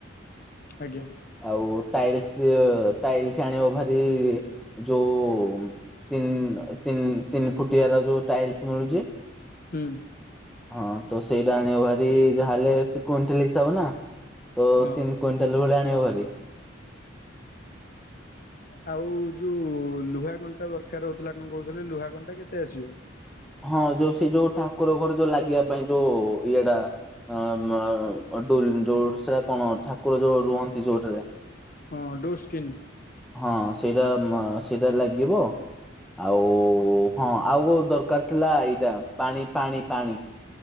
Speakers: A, on the left (about 50°); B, in the centre.
A: ଆଜ୍ଞା।
B: ଆଉ ଟାଇଲସ ଟାଇଲସ ଆଣିବ ଭାରି ଯୋଉ ତିନ ତିନି ତିନି ଫୁଟିଆର ଯୋଉ ଟାଇଲସ ମିଳୁଛି।
A: ହୁଁ।
B: ହଁ ତ ସେଇଟା ଆଣିବ ଭାରି ଯାହା ହେଲେ ସେ କୁଣ୍ଟାଲ ହିସାବ ନା। ତ
A: ହଁ
B: ତିନି କୁଇଣ୍ଟାଲ ଭଳି ଆଣିବ ହାରି।
A: ଆଉ ଯୋଉ ଲୁହା କଣ୍ଟା ଦରକାର ହଉଥିଲା କଣ କହୁଥିଲେ, ଲୁହା କଣ୍ଟା କେତେ ଆସିବ?
B: ହଁ ଯୋଉ ସେ ଯୋଉ ଠାକୁର ଘର ଯୋଉ ଲାଗିବା ପାଇଁ ଯୋଉ ଇଏଟା <inaudible> ଡୋର୍ସ ନା କଣ ଠାକୁର ଯୋଉ ରୁହନ୍ତି ଯୋଉଥିରେ।
A: ହଁ ଡୋର୍ଷକ୍ରିନ।
B: ହଁ ସେଇଟା ସେଇଟା ଲାଗିବ। ଆଉ ହଁ ଆଉ କୋଉ ଦରକାର ଥିଲା ଏଇଟା ପାଣି ପାଣି ପାଣି।